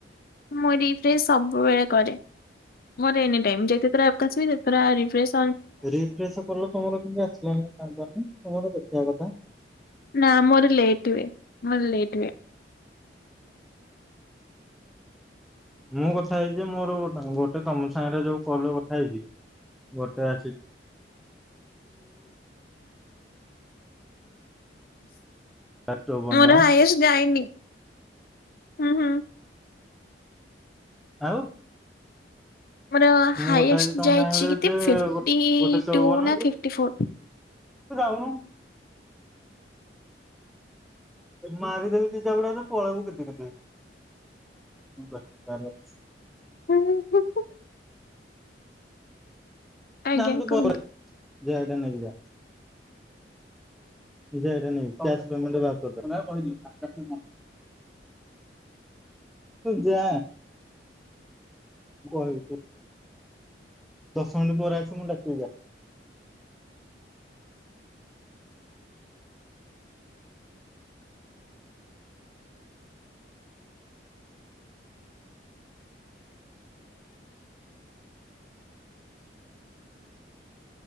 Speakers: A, on the left (about 55°); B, in the centre.
A: ମୁଁ ରିଫ୍ରେ ସବୁବେଳେ କରେ। ମୋର ଏନି ଟାଇମ ଯେତେଥର ଆପ କୁ ଆସିବି ସେତଥର ରିଫ୍ରେସ
B: ରିଫ୍ରସ କଲ ତମର କେମିତି ଆସିଲା ନି <unintelligible> ତମର ଦେଖିବା କଥା।
A: ନା ମୋର ଲେଟ୍ ହୁଏ ମୋର ଲେଟ୍ ହୁଏ।
B: ମୁଁ କଥା ହେଇଛି ମୋର ଗୋଟେ ତମ ସାଙ୍ଗରେ ଯୋଉ କଲରେ କଥା ହେଇଛି। ଗୋଟେ ଆସିଛି ଚଉବନ
A: ମୋର
B: ଟଙ୍କା
A: ହୟେଶ ଡାଇନି ହୁଁ ହୁଁ।
B: ଆଉ।
A: ମୋର
B: ମୁଁ
A: ହାଇଷ୍ଟ
B: କଥା ହେଇଛି ତମ
A: ଯାଇଛି
B: ସାଙ୍ଗରେ
A: କେତେ
B: ଯେ
A: ଫିଟି
B: ଗୋ- ଗୋଟେ ଚଉବନ
A: ଟୁ ନା ଫିଟି ଫୋର।
B: ତୁ ଯାଉନ। ମାରିଦେବି ଦିଜାପୁଡାରେ ଯେ ପଳେଇବୁକିତି କିତି। ହଁ ବ ଚା <unintelligible>
A: ହୁଁ ହୁଁ। ଆଜ୍ଞା
B: ଜା ତୁ <unintelligible>
A: କୁହନ୍ତୁ
B: ଯ ଏଇଟା ନେଇକି ଯା ସୋଇଟା <unintelligible> ନାଇଁ କ୍ୟାସ ପେମେଣ୍ଟ ବା କର ତୁ ଯା କହିବୁ ତ। ଦଶ ମିନଟ ପରେ ଆସିବୁ ମୁଁ ଡାକିବି ଯା।